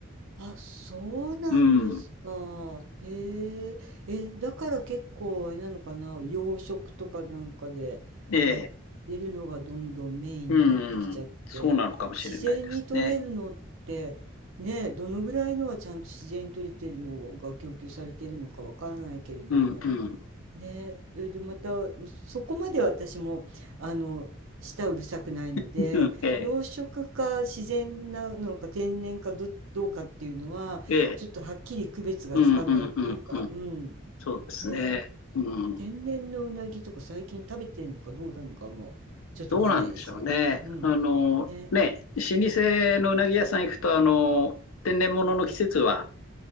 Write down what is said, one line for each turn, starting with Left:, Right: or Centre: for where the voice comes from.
Right: あ、そうなんですか。
Left: うん。
Right: へえ。え、だから結構あれなのかな、洋食とかなんかでやってるのがどんどんメインになってきちゃって、
Left: ええ。うん。そうなのかもしれないですね。
Right: 自然に取れるのって、ね、どのぐらいのはちゃんと自然に取れてるのが供給されてるのかわからないけれども、
Left: うん、うん。
Right: ね、で、でまたそこまで私もあの舌うるさくないので養殖か自然なのか天然かど、
Left: うんええ。
Right: どうかっていうのはちょっとはっきり区別がつかないっていうか、
Left: ええ、うんうんうんうん、
Right: うん、
Left: そうですね。
Right: ね、
Left: うん、
Right: 天然のうなぎとか最近食べてんのかどうなのかもちょっとわかんないです。
Left: どうなんでしょうね。
Right: うん、
Left: あの、
Right: ね、
Left: ね、老舗のうなぎ屋さん行くと、あの、天然物の季節は、